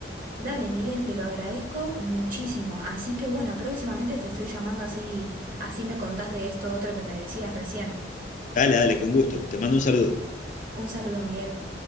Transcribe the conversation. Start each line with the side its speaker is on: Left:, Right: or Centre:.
Right: Dale, Miguel, te lo agradezco muchísimo. Así que bueno, próximamente te estoy llamando así, así me contás de esto otro que me decías recién.
Left: Dale, dale, con gusto. Te mando un saludo.
Right: Un saludo, Miguel.